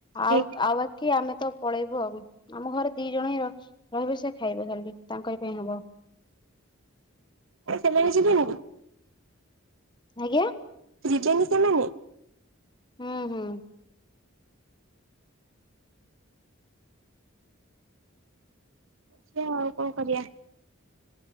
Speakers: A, on the right; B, on the left.
A: ଠିକ
B: ଆଉ ତ ଆଉ ଵା କି ଆମେ ତ ପଳେଇବୁ ଆଉ। ଆମ ଘରେ ଦି ଜଣ ହିଁ ର-ରହିବେ ସେ ଖାଇବେ ଖାଲି, ତାଙ୍କରି ପାଇଁ ହବ।
A: ତ ସେମାନେ ଯିବେନି କି?
B: ଆଜ୍ଞା।
A: ଯିବେନି ସେମାନେ?
B: ହଁ, ହଁ।
A: ସିଏ ଆଉ କଣ କରିବା,